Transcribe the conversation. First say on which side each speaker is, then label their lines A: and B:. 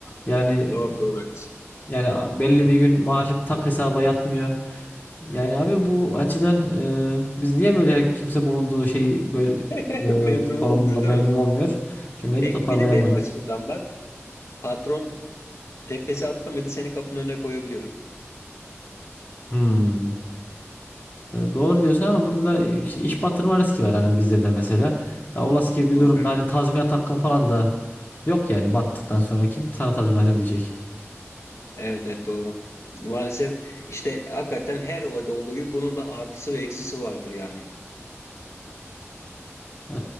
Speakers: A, on the left (about 40°); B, on the left (about 70°).
A: Yani
B: Doğru doğru haklısın.
A: yani belli bir gün maaşım tak hesaba yatmıyor. Yani abi bu açıdan e, biz niye böyle kimse bulunduğu şey böyle
B: <laughs> Memnun
A: e, konumunda
B: olmuyor
A: memnun
B: değil mi?
A: olmuyor? Cümleyi
B: Peki
A: de toparlayamadım.
B: bir de benim açımdan bak. Patron tepesi attı mıydı seni kapının önüne koyabiliyor.
A: Hmm. E, doğru diyorsun ama burada da iş, iş batırma riski var hani bizde de mesela. Ya olası gibi
B: Doğru
A: bir durumda
B: evet.
A: hani tazminat hakkın falan da yok yani battıktan sonra kim sana tazminat edecek?
B: Evet evet doğru. Maalesef işte hakikaten her olayda olduğu gibi bunun da artısı ve eksisi vardır yani.
A: E,